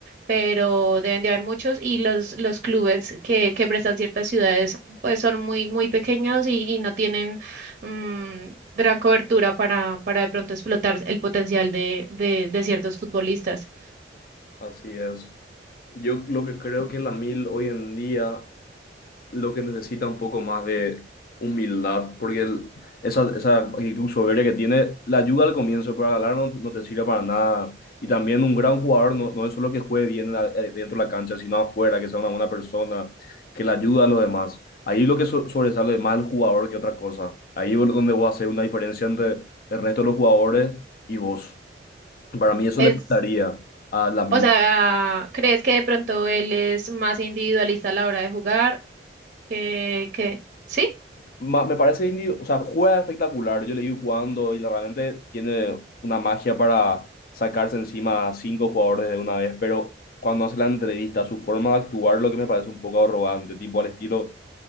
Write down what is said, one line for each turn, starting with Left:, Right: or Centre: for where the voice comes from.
Right: pero deben de haber muchos y los, los clubes que, que prestan ciertas ciudades pues son muy, muy pequeños y, y no tienen mm, gran cobertura para, para de pronto explotar el potencial de, de, de ciertos futbolistas.
Left: Así es. Yo lo que creo que la mil hoy en día lo que necesita un poco más de humildad, porque el- esa, esa actitud soberbia que tiene, la ayuda al comienzo, pero al ganar no, no te sirve para nada. Y también un gran jugador no, no es solo que juegue bien en la- eh, dentro de la cancha, sino afuera, que sea una buena persona, que le ayuda a los demás. Ahí lo que so- sobresale más el jugador que otra cosa. Ahí es donde voy a hacer una diferencia entre el resto de los jugadores y vos. Para mí eso
Right: Es,
Left: le faltaría a la Mila.
Right: o sea, ¿crees que de pronto él es más individualista a la hora de jugar? Que, que, ¿sí?
Left: ma- me parece, indi- o sea, juega espectacular. Yo le vi jugando y la- realmente tiene una magia para sacarse encima a cinco jugadores de una vez, pero cuando hace la entrevista, su forma de actuar, lo que me parece un poco arrogante, tipo al estilo